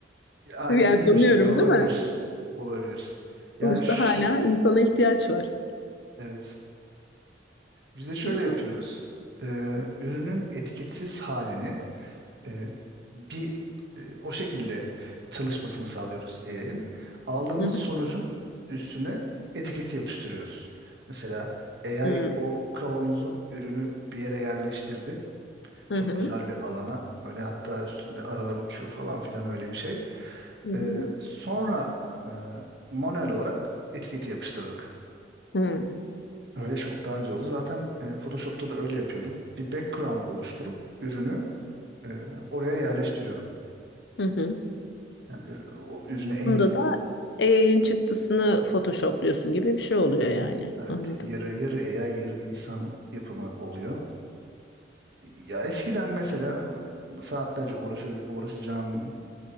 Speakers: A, on the right; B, on the left.
A: "Aa,
B: Yani
A: iyi
B: sanıyorum,
A: bir şey olabilir.
B: değil mi?
A: Olabilir. Yani
B: Sonuçta
A: ş-
B: hala insana ihtiyaç var.
A: evet. Biz de şöyle
B: Güzel.
A: yapıyoruz. E, ürünün etiketsiz halini e, bir e, o şekilde çalışmasını sağlıyoruz AI'ın. Aldığımız
B: Hı hı.
A: sonucun üstüne etiketi yapıştırıyoruz. Mesela AI
B: Hı hı.
A: o kavanozu, ürünü bir yere yerleştirdi.
B: Hı
A: Çok güzel bir alana. Böyle hatta üstünde aralar uçuyor falan filan öyle bir şey.
B: hı.
A: Ee, sonra e, manuel olarak etiketi yapıştırdık.
B: Hı
A: Öyle çok daha güzel oldu. Zaten e, Photoshop'ta da öyle yapıyorum. Bir background oluşturup ürünü e, oraya yerleştiriyorum.
B: hı. hı.
A: Yani ür- o ürüne en,
B: Bunda da AI'ın çıktısını Photoshop'luyorsun gibi bir şey oluyor yani.
A: evet,
B: Anladım.
A: yarı yarı AI yarı insan yapımı oluyor. Ya eskiden mesela saatlerce uğraşa, uğraşacağım